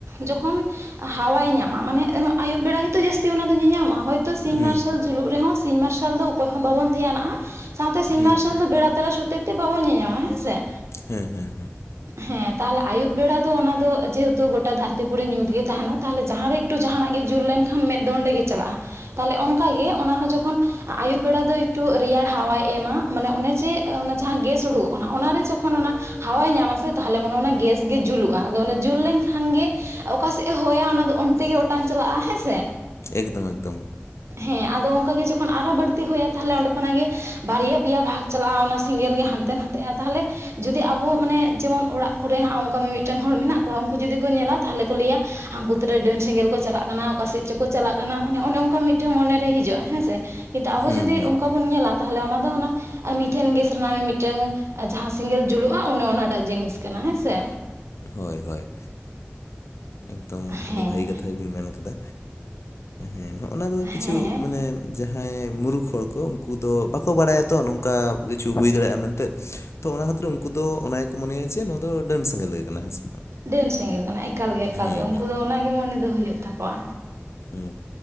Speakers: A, on the right; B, on the left.
A: ᱡᱚᱠᱷᱚᱱ ᱦᱟᱣᱟᱭ ᱧᱟᱢᱟ᱾ ᱟᱢᱟᱜ ᱢᱟᱱᱮ ᱟᱭᱩᱵ ᱵᱮᱲᱟ ᱜᱮᱛᱚ ᱡᱟᱹᱥᱛᱤ ᱚᱱᱟ ᱫᱚ ᱧᱮᱧᱟᱢᱚᱜ-ᱟ᱾ ᱦᱚᱭ ᱛᱚ ᱥᱤᱧ
B: ᱦᱩᱸ
A: ᱢᱟᱨᱥᱟᱞ ᱡᱩᱞᱩᱜ ᱨᱮᱦᱚᱸ ᱥᱤᱧ ᱢᱟᱨᱥᱟᱞ ᱫᱚ ᱚᱠᱚᱭ ᱦᱚᱸ ᱵᱟᱵᱚᱱ ᱫᱷᱮᱭᱟᱱᱟᱜ-ᱟ᱾ ᱥᱟᱶᱛᱮ ᱥᱤᱧ
B: ᱦᱩᱸ
A: ᱢᱟᱨᱥᱟᱞ
B: ᱦᱩᱸ
A: ᱫᱚ ᱵᱮᱲᱟ ᱛᱟᱨᱟᱥ ᱦᱚᱛᱮ ᱛᱮ ᱵᱟᱵᱚᱱ ᱧᱮᱧᱟᱢᱟ᱾ ᱧᱟᱢᱟ ᱦᱮᱸ ᱥᱮ᱾
B: ᱦᱮᱸ ᱦᱮᱸ ᱦᱮᱸ
A: ᱦᱮᱸ ᱛᱟᱦᱚᱞᱮ ᱟᱭᱩᱵ ᱵᱮᱲᱟ ᱫᱚ ᱚᱱᱟ ᱫᱚ, ᱡᱮᱦᱮᱛᱩ ᱜᱚᱴᱟ ᱫᱷᱟᱹᱨᱛᱤ ᱯᱩᱨᱤ ᱧᱩᱛ ᱜᱮ ᱛᱟᱦᱮᱸᱱᱟ᱾ ᱛᱟᱦᱚᱞᱮ ᱡᱟᱦᱟᱸ ᱨᱮ ᱮᱠᱴᱩ ᱡᱩᱞ ᱞᱮᱱᱠᱷᱟᱱ ᱢᱮᱫ ᱫᱚ ᱚᱸᱰᱮ ᱜᱮ ᱪᱟᱞᱟᱜ-ᱟ᱾ ᱛᱟᱦᱚᱞᱮ ᱚᱱᱠᱟ ᱜᱮ ᱚᱱᱟ ᱦᱚᱸ ᱡᱚᱠᱷᱚᱱ ᱟᱹᱭᱩᱵ ᱵᱮᱲᱟ ᱫᱚᱭ ᱴᱩ ᱨᱮᱭᱟᱲ ᱦᱟᱣᱟᱭ ᱮᱢᱟ ᱢᱟᱱᱮ ᱚᱱᱮ ᱡᱮ ᱡᱟᱦᱟᱸ ᱜᱮᱥ ᱩᱰᱩᱠᱚᱜ ᱚᱱᱟ ᱨᱮ ᱡᱚᱠᱷᱚᱱ ᱚᱱᱟ ᱦᱟᱣᱟᱭ ᱧᱟᱢ ᱟ ᱥᱮ ᱛᱟᱦᱚᱞᱮ ᱚᱱᱮ ᱚᱱᱟ ᱜᱮᱥ ᱜᱮ ᱡᱩᱞᱩᱜ-ᱟ ᱟᱫᱚ ᱚᱱᱮ ᱡᱩᱞ ᱞᱮᱱᱠᱷᱟᱱ ᱜᱮ ᱚᱠᱟ ᱥᱮᱫ ᱮ ᱦᱚᱭᱟ ᱚᱱᱟ ᱫᱚ ᱚᱱᱛᱮ ᱜᱮ ᱚᱴᱟᱝ ᱪᱟᱞᱟᱜ-ᱟ ᱦᱮᱸ ᱥᱮ
B: ᱮᱠᱫᱚᱢ ᱮᱠᱫᱚᱢ
A: ᱦᱮᱸ ᱟᱫᱚ ᱚᱱᱠᱟ ᱜᱮ ᱡᱚᱠᱷᱚᱱ ᱟᱨᱦᱚᱸ ᱵᱟᱹᱲᱛᱤ ᱦᱚᱭᱟᱭ ᱛᱟᱦᱞᱮ ᱚᱸᱰᱮ ᱠᱷᱚᱱᱟᱜ ᱜᱮ ᱵᱟᱨᱭᱟ ᱯᱮᱭᱟ ᱵᱷᱟᱜᱽ ᱪᱟᱞᱟᱜ-ᱟ ᱚᱱᱟ ᱥᱮᱸᱜᱮᱞ ᱜᱮ ᱦᱟᱱᱛᱮ ᱱᱟᱛᱮᱜ-ᱟ ᱛᱟᱦᱚᱞᱮ ᱡᱩᱫᱤ ᱟᱵᱚ ᱢᱟᱱᱮ ᱡᱮᱢᱚᱱ ᱚᱲᱟᱜ ᱠᱚᱨᱮ ᱦᱟᱸᱜ ᱚᱱᱠᱟ ᱢᱤ-ᱢᱤᱫᱴᱟᱹᱝ ᱦᱚᱲ ᱢᱮᱱᱟᱜ ᱠᱚᱣᱟ ᱩᱱᱠᱩ ᱡᱩᱫᱤ ᱠᱚ ᱧᱮᱞᱟ ᱛᱟᱦᱚᱞᱮ ᱠᱚ ᱞᱟᱹᱭᱟ ᱦᱟᱝᱠᱩ ᱛᱤᱱᱟᱹᱜ ᱰᱟᱹᱱ ᱥᱮᱸᱜᱮᱞ ᱠᱚ ᱪᱟᱞᱟᱜ ᱠᱟᱱᱟ ᱚᱠᱟᱥᱮᱫ ᱪᱚᱠᱚ ᱪᱟᱞᱟᱜ ᱠᱟᱱᱟ ᱢᱟᱱᱮ ᱚᱱᱮ ᱚᱱᱠᱟ ᱢᱤ-ᱢᱤᱫᱴᱟᱹᱝ ᱢᱚᱱᱮ ᱨᱮ ᱦᱤᱡᱩᱜ-ᱟ ᱦᱮᱸ ᱥᱮ ᱠᱤᱱᱛᱩ ᱟᱵᱚ
B: ᱦᱩᱸ
A: ᱡᱩᱫᱤ
B: ᱦᱩᱸ
A: ᱚᱱᱠᱟ
B: ᱦᱩᱸ
A: ᱵᱚᱱ ᱧᱮᱞᱟ ᱛᱟᱦᱚᱞᱮ ᱚᱱᱟ ᱫᱚ ᱚᱱᱟ ᱢᱤᱛᱷᱮᱱ ᱜᱮᱥ ᱨᱮᱱᱟᱜ ᱢᱤᱫᱴᱮᱱ ᱟᱻ ᱡᱟᱦᱟᱸ ᱥᱮᱸᱜᱮᱞ ᱡᱩᱞᱩᱜ-ᱟ ᱚᱱᱮ ᱚᱱᱟᱴᱟᱜ ᱡᱤᱱᱤᱥ ᱠᱟᱱᱟ ᱦᱮᱸ ᱥᱮ
B: ᱦᱳᱭ ᱦᱳᱭ ᱮᱠᱫᱚᱢ
A: ᱦᱮᱸ
B: ᱟᱹᱰᱤ ᱵᱷᱟᱹᱜᱤ ᱠᱟᱛᱷᱟ ᱜᱤᱵᱤᱱ ᱢᱮᱱ ᱠᱟᱫᱟ ᱦᱮᱸ <unintelligible> ᱚᱱᱟ ᱠᱚᱜᱮ ᱠᱤᱪᱷᱩ
A: ᱦᱮᱸ
B: ᱢᱟᱱᱮ ᱡᱟᱦᱟᱸᱭ ᱢᱩᱨᱩᱠ ᱦᱚᱲ ᱠᱚ ᱩᱱᱠᱩ ᱫᱚ ᱵᱟᱠᱚ ᱵᱟᱲᱟᱭᱟᱛᱚ ᱱᱚᱝᱠᱟ ᱠᱤᱪᱷᱩ ᱦᱩᱭ ᱫᱟᱲᱮᱭᱟᱜ-ᱟ ᱢᱮᱱᱛᱮ ᱛᱚ ᱚᱱᱟ ᱠᱷᱟᱹᱛᱤᱨ ᱩᱱᱠᱩ ᱫᱚ ᱚᱱᱟ ᱜᱮ ᱠᱚ ᱢᱚᱱᱮᱭᱟ ᱡᱮ ᱱᱚᱣᱟ ᱫᱚ ᱰᱟᱹᱱ ᱥᱟᱸᱜᱮᱞ ᱜᱮ ᱠᱟᱱᱟ ᱦᱮᱸ ᱥᱮ ᱵᱟᱝ
A: ᱰᱟᱹᱱ ᱥᱮᱸᱜᱮᱞ ᱠᱟᱱᱟ ᱮᱠᱟᱞ ᱜᱮ ᱮᱠᱟᱞ
B: ᱦᱩᱸ
A: ᱜᱮ ᱩᱱᱠᱩ
B: ᱦᱩᱸ
A: ᱫᱚ ᱚᱱᱟᱜᱮ ᱢᱚᱱᱮ ᱫᱚ ᱦᱩᱭᱩᱜ ᱛᱟᱠᱚᱣᱟ
B: ᱦᱮᱸ